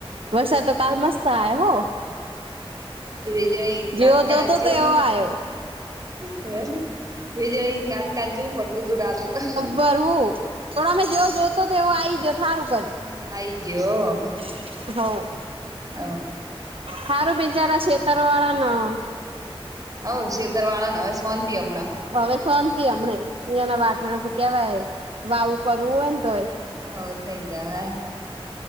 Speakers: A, on the right; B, on the right.
A: વર્ષ તો કાલ મસ્ત આ હો.
B: વિજય કાતકા
A: જેવો જોતો
B: છું
A: તેવો આયો
B: હ. વીજળી કાંટકાાન જવું પડતું હતું રાતે તો.
A: ર હું પણ અમે જેવો જોતો તેવ આ જથ.
B: હમ આઈદ્ય્યો.
A: હ.
B: હ.
A: સારું બિચારા શેતરો વાળા ન.
B: હ શેતર વાળા ને હવે સોંતિ હમણાં.
A: હવે શાંતિ હમને એયાના વાચણ કેવાય વાવું કરવું હોય ને તોય.
B: હ થઈદા.